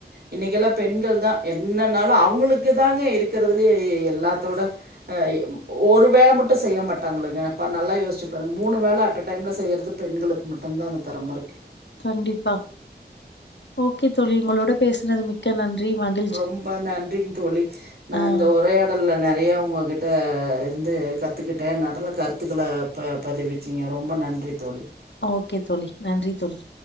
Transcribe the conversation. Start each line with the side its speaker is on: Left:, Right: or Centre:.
Right: இன்னைக்கெல்லா பெண்கள்தா என்னனாலு அவுங்களுக்குதாங்க இருக்கறதுலே எல்லாத்தோட அ இ ஒரு வேல மட்டு செய்ய மாட்டாங்க இல்லங்க அப்ப நல்லா யோஸ்ச்சு பாருங் மூணு வேல அட்ட டைம்ல செய்யறது பெண்களுக்கு மட்டுந்தா அந்த தெறம இருக்கு
Left: கண்டிப்பா ஓகே தோழி உங்களோட பேசுனது மிக் க நன்றி மகி
Right: ரொம்ப நன்றிங் தோழி நா
Left: ஆஹ்
Right: இந்த உரையா டல்ல நெறைய உங்ககிட்ட இருந்து கத்துக்கிட்டே நல்ல கருத்துக்கள ப பதிவி ச்சிங்க ரொம்ப நன்றி தோழி
Left: ஓகே தோழி நன்றி தோழி